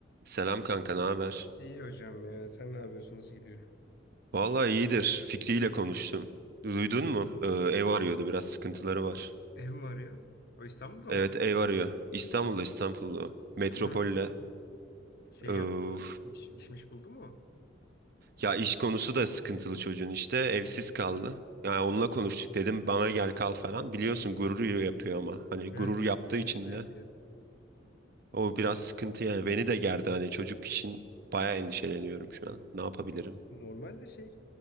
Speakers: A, on the right; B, on the left.
A: Selam kanka, ne haber?
B: İyi hocam ya. Sen ne yapıyorsun? Nasıl gidiyor?
A: Vallahi iyidir. Fikri ile konuştum. Duydun mu? Ee, ev arıyordu, biraz sıkıntıları var.
B: Ev mi arıyor? O İstanbul'da
A: Evet,
B: mı arıyor?
A: ev arıyor. İstanbul'da, İstanbul'da. Metropolde.
B: Ha, şey
A: Ee,
B: yaptı mı? İş, işmiş buldu mu? O?
A: ya iş konusu da sıkıntılı çocuğun işte. Evsiz kaldı. Yani onunla konuştuk dedim bana gel kal falan. Biliyorsun gurur yapıyor ama. Hani
B: Evet
A: gurur
B: gereksiz
A: yaptığı için
B: bir şey
A: de
B: yapıyor.
A: o biraz sıkıntı yani. Beni de gerdi hani çocuk için bayağı endişeleniyorum şu an. Ne yapabilirim?
B: hep. Normalde şey